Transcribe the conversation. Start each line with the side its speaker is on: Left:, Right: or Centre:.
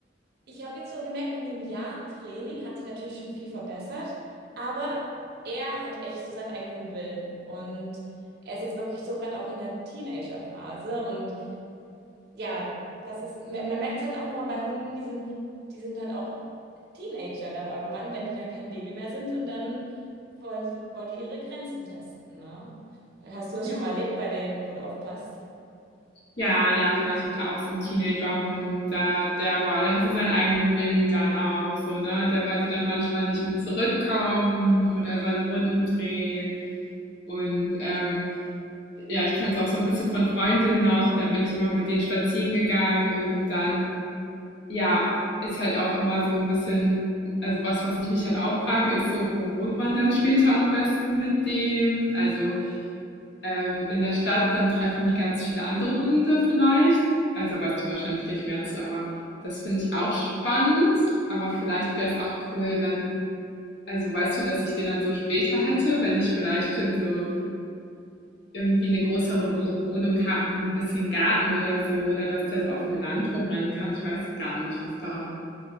Right: ich habe jetzt so gemerkt, in dem Jahr Training hat sich natürlich schon viel verbessert, aber er hat echt so seinen eigenen Willen und er ist jetzt wirklich so gerade auch in der Teenagerphase und ja, das ist, man man merkt es halt auch nochmal bei Hunden, die sind, die sind halt auch Teenager dann irgendwann, wenn die dann kein Baby mehr sind und dann wollen, sie- wollen die ihre Grenzen testen, ne? Hast du das
Left: Ja.
Right: schon mal erlebt bei denen, wo du aufpasst?
Left: Ja, ja, voll. Ich hatte auch so einen Teenagerhund, da der boah, der hatte seinen eigenen Willen dann auch so, ne? Der wollte dann manchmal nicht mit zurückkommen oder seine Runden drehen. Und, ähm, ja, ich kenn's auch so ein bisschen von Freundinnen noch, dann bin ich immer mit denen spazieren gegangen und dann, ja, ist halt auch immer so ein bisschen also was, was ich mich halt auch frage, ist so: „Wo wohnt man dann später am besten mit dem?“ Also ähm, in der Stadt, dann treffen die ganz viele andere Hunde vielleicht. Also weißt du wahrscheinlich gleich mehr zu, aber das finde ich auch spannend. Aber vielleicht wäre es auch cool, wenn, also weißt du, dass ich den dann so später hätte, wenn ich vielleicht schon so irgendwie eine größere Wo- Wohnung habe mit ein bisschen Garten oder so, oder dass der so auf dem Land rumrennen kann. Ich weiß gar nicht, was da